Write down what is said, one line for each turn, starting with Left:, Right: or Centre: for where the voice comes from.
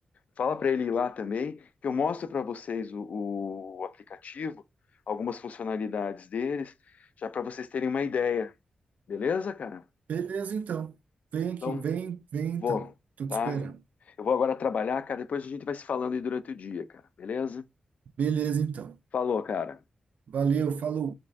Left: Fala para ele ir lá também, que eu mostro para vocês o, o aplicativo, algumas funcionalidades deles, já para vocês terem uma ideia. Beleza, cara?
Right: Beleza, então. Vem aqui,
Left: Então,
Right: vem, vem então.
Left: vou,
Right: Tô te
Left: tá?
Right: esperando.
Left: Eu vou agora trabalhar, cara. Depois a gente vai se falando aí durante o dia, cara. Beleza?
Right: Beleza, então.
Left: Falou, cara.
Right: Valeu, falou.